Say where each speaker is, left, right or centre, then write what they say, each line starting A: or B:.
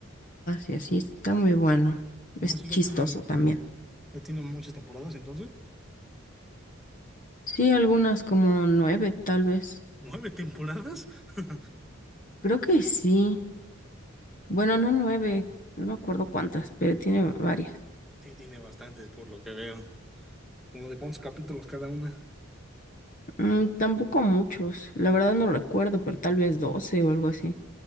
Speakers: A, on the left; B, in the centre.
A: y así. Está muy bueno.
B: No,
A: Es
B: sí,
A: chistoso
B: ya tiene,
A: también.
B: ya tiene muchas temporadas entonces.
A: Sí, algunas como nueve, tal vez.
B: ¿Nueve temporadas? <laughs>
A: Creo que sí. Bueno,
B: Ok.
A: no nueve, no me acuerdo cuántas, pero tiene varias.
B: Sí, tiene bastantes por lo que veo. Como de cuántos capítulos cada una.
A: Mm, tampoco muchos. La verdad no recuerdo, pero tal vez doce o algo así.